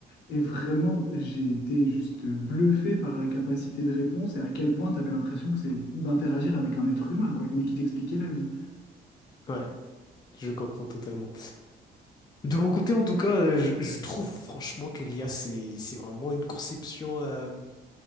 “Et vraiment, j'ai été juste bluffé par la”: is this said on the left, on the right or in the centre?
Left